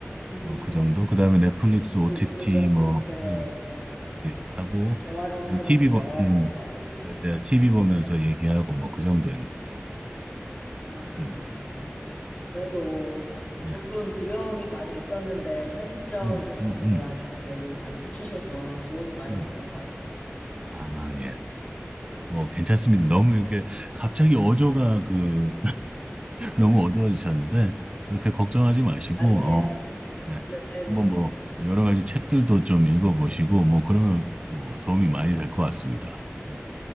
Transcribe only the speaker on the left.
음,
두 분이 좀,
네,
대화를 한다든지
영화를
본다든지,
그렇죠.
아,
그러네요. 그래도
조금 두려움이 많이 있었는데 현실적인
부분이랑
좋은 얘기를 많이 해주셔서 도움이 많이
됐던 것 같아요.
아니에요.
네네.